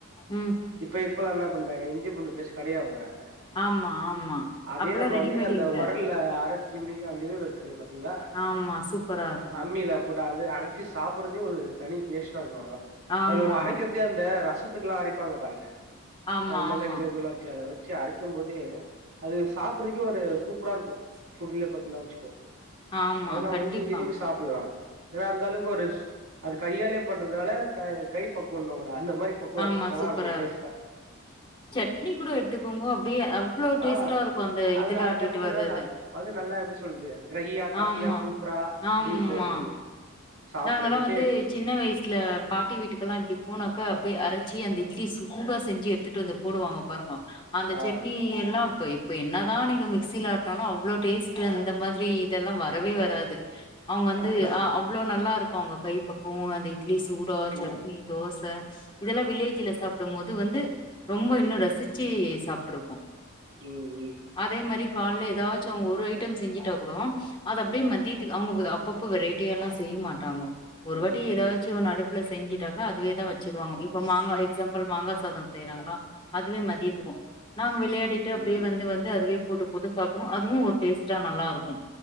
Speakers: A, on the left (about 25°); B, on the right (about 70°).
A: ம்
B: இப்ப இப்பெல்லா என்ன பண்றாங்க இஞ்சி பூண்டுபேஸ்ட் கடயா வாங்குறா அ
A: ஆமா ஆமா
B: அதே
A: அப்பல்லா
B: நம்ப
A: ரெடிமேட்
B: வந்து அந்த
A: எங்க
B: வொரல்ல அரைச்சு மிக அந்த இது இருக்கு பத் த்தீங்ளா
A: ஆமா சூப்பரா இருக்கு
B: அம்மில போட் அது அரைச்சு சாப்டுறதே ஒரு தனி டேஸ்ட்டா இருக்கு, அல
A: ஆமா
B: அதஒரு அரைக்கிறதே அந்த ரஸ் ரசத்துக்கு எல்லா அரைப்பாங்க பாருங்க
A: ஆமா
B: அந்த மெளகு
A: ஆமா
B: இதுலா வச்சி அத வச் சி அரைக்குபோதே அது சாப்பறதுக்கே ஒரு சூப்பரா இருக்கு ஃபுட்ல பாத்தீன்னா வச்சுக்கோ
A: ஆமா
B: அதெல்லா
A: கண்டிப்பா
B: வந்து விரும்பி சாப்புல்லா ஏன்னா அந்த அளவுக்கு ஒரு சு அது கையாலயே பண்றதுனால கை பக்குவண்ணுவாங்களே இந்த மாரி பக்குவ
A: ஆமா
B: நல்லா
A: சூப்பரா
B: இருக்கு டேஸ்டா
A: சட்னி கூட எடுத்துக்கோங்க அப்டியே அவ்ளோ டேஸ்ட்டா
B: ஆ
A: இருக்கு அந்த
B: அதுல
A: இதுல
B: அரைச்சா
A: ஆட்டிட்டு
B: கூட
A: வர்றது
B: நல்லா அது அது நல்லா எப்டி சொல்லுது ட்ரையா கட்டியா
A: ஆமா
B: சூப்பரா அப்டி
A: ஆமா
B: இருக்கு அது சாப்டுறதுக்
A: நாங்கல்லா வந்து சின்ன வயசுல பாட்டி வீட்டுக்கெல்லா இப்டி போனாக்கா அப்டி அரச்சி அந்த இட்லி சூடா செஞ்சு எடுத்துட்டு வந்து போடுவாங்க பாருங்க அந்த
B: ஆ
A: சட்னி எல்லா ப்ப இப்ப என்னாதா நீங்க மிக்சில ஆட்னாலு அவ்ளொ டேஸ்டு அந்த மாதிரி இதெல்லா வரவே வராது. அவுங் வந்து
B: ஆ
A: அ அவ்ளொ நல்லா ருக்கு அவுங்க கை பக்குவொ அந்த இட்லி சூடா
B: ம்
A: சட்னி தோச இதெல்லா வில்லே சில சாப்டும்பொது வந்து ரொம்ப இன்னும் ரசிச்சு சாப்டுட்ருபோ
B: ம்
A: அதே மரி கால்ல ஏதாச் ச்சொ அவங் ஒரு ஐட்டம் செஞ்சுட்டா கூடொ அத அப்டியே மதியத்க் அவங்க அப்பப்ப வெரைட்டி எல்லா செய் மாட்டாங்கொ.
B: ம்
A: ஒரு வாட்டி ஏதாச்சு
B: ம்
A: ஒன்னு அடுப்புல செஞ்சுட்டாக்கா அதுவேதா வச்சிருவாங்க இப்ப மாங்கா எக்ஸாம்பிள் மாங்கா சாத செய்றாங்களா அதுவே மதியத்துவோ நாங்க வெளையாடிட்டு அப்டியே
B: ம்
A: வந்து வந்து அதுவே போட்டு போட்டு சாப்டுவோ அதுவு ஒரு டேஸ்ட்டா நல்லாருக்கும்